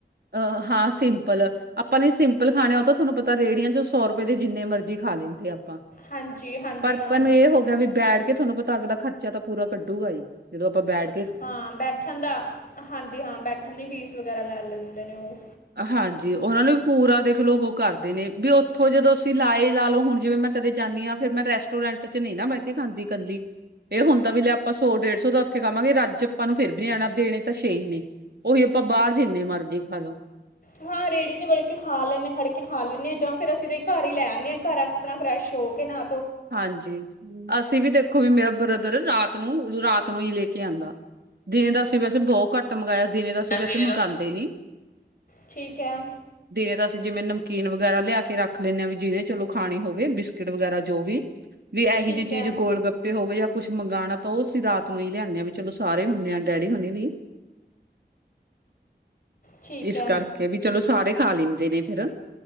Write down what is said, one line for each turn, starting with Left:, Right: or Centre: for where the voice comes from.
Right: ਅ, ਹਾਂ ਸਿੰਪਲ। ਆਪਾਂ ਨੇ ਸਿੰਪਲ ਖਾਣੇ ਉਹ ਤਾਂ ਤੁਹਾਨੂੰ ਪਤਾ ਰੇਹੜੀਆਂ 'ਚੋਂ ਸੌ ਰੁਪਏ ਦੇ ਜਿੰਨੇ ਮਰਜ਼ੀ ਖਾ ਲੈਂਦੇ ਆ। ਆਪਾ,
Left: ਹਾਂਜੀ ਹਾਂਜੀ
Right: ਪਰ ਅਪਾ
Left: ਹਾਂ
Right: ਨੂੰ ਇਹ ਹੋ ਗਿਆ ਵੀ ਬੈਠ ਕੇ ਤੁਹਾਨੂੰ ਪਤ ਤਾ ਅਗਲਾ ਖਰਚਾ ਤਾਂ ਪੂਰਾ ਕੱਢੂਗਾ ਈ। ਜਦੋਂ ਆਪਾਂ ਬੈਡ
Left: ਹਾਂ ਬੈਠਣ ਦਾ, ਹਾਂਜੀ ਹਾਂ ਬੈਠਣ ਦੀ ਫੀਸ ਵਗੈਰਾ ਲੈ ਲੈਂਦੇ ਨੇ ਉਹ।
Right: ਹਾਂਜੀ। ਉਹਨਾਂ ਨੂੰ ਵੀ ਪੂਰਾ ਦੇਖਲਓ ਉਹ ਕਰਦੇ ਨੇ, ਵੀ ਉੱਥੋਂ ਜਦੋਂ ਅਸੀਂ ਲਾਏ ਲਾ ਲਓ ਹੁਣ ਜਿਵੇਂ ਮੈਂ ਕਦੇ ਜਾਣੀ ਆ। ਫੇਰ ਮੈਂ ਰੈਸਟੋਰੈਂਟ ਚ ਨੀ ਨਾ ਬਹਿ ਕੇ ਖਾਂਦੀ ਕੱਲੀ। ਇਹ ਹੁੰਦਾ ਵੀ ਲੈ ਆਪਾਂ ਸੌ ਡੇਢ ਸੌ ਦਾ ਉੱਥੇ ਖਾਂਵਾਂਗੇ, ਰੱਜ ਆਪਾਂ ਨੂੰ ਫੇਰ ਵੀ ਨੀ ਆਣਾ। ਦੇਣੇ ਤਾਂ ਛੇ ਈ ਨੇ। ਉਹੀ ਆਪਾਂ ਬਾਹਰ ਜਿੰਨੇ ਮਰਜ਼ੀ ਖਾਲੋ।
Left: ਹਾਂ ਰੇਹੜੀ ਤੇ ਵਿਲ ਕੇ ਖਾ ਲੈਣੇ ਖੜ ਕੇ ਖਾ ਲੈਣੇ ਹਾਂ ਜਾਂ ਫਿਰ ਅਸੀਂ ਤੇ ਘਰ ਈ ਲੈ ਆਣੇ ਆ ਘਰ ਆਪਣਾ ਫਰੈਸ਼ ਹੋ ਕੇ ਨਾ
Right: ਹਾਂਜੀ। ਅਸੀਂ ਵੀ ਦੇਖੋ ਵੀ ਮੇਰਾ ਬ੍ਰਦਰ ਰਾਤ ਨੂੰ ਰਾਤ ਨੂੰ ਈ ਲੈ ਕੇ ਆਂਦਾ। ਦੀਨੇ ਦਸ ਤੀ ਵੈਸੇ ਬਹੁਤ ਘੱਟ ਮੰਗਾਇਆ। ਦਿਨੇ ਦਾ ਅਸੀਂ ਵੈਸੇ
Left: ਦਿਨੇ ਦਾ
Right: ਮੰਗਾਂਦੇ ਨੀ।
Left: ਠੀਕ ਹੈ
Right: ਦਿਨੇ ਤਾਂ ਅਸੀਂ ਜਿਵੇਂ ਨਮਕੀਨ ਵਗੈਰਾ ਲਿਆ ਕੇ ਰੱਖ ਲੈਂਦੇ ਹਾਂ, ਵੀ ਜਿਹਨੇ ਚਲੋ ਖਾਣੀ ਹੋਵੇ ਬਿਸਕਿਟ ਵਗੈਰਾ ਜੋ ਵੀ। ਵੀ ਇਹੋ
Left: ਠੀਕ
Right: ਜਿਹੀ
Left: ਹੈ
Right: ਚੀਜ਼ ਗੋਲ ਗੱਪੇ। ਤੇ ਹੋ ਗਏ ਜਾਂ ਕੁਛ ਮੰਗਵਾਉਣਾ ਤਾਂ ਉਹ ਅਸੀਂ ਰਾਤ ਨੂੰ ਹੀ ਲਿਆਦੇ ਹਾਂ ਵੀ ਚਲੋ ਸਾਰੇ ਹੁੰਦੇ ਆ ਡੈਡੀ ਹੁਣੀ ਵੀ। <inaudible>
Left: ਠੀਕ
Right: ਇਸ
Left: ਹੈ
Right: ਕਰਕੇ ਵੀ ਚਲੋ ਸਾਰੇ ਖਾ ਲੈਂਦੇ ਨੇ ਫੇਰ।